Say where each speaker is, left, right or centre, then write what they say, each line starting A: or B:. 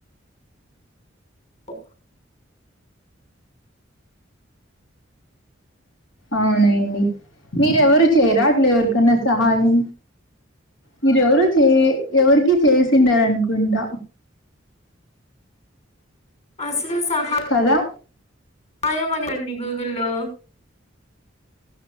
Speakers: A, on the left; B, on the left.
A: ఓ
B: అవునండి మీరెవరు చేయర అట్ల ఎవరికన్నా సహాయం మీరెవరు చే ఎవరికి చేసిండరు అనుకుంటా
A: అసలు సహా
B: కదా
A: <unintelligible> అండి గూగుల్లో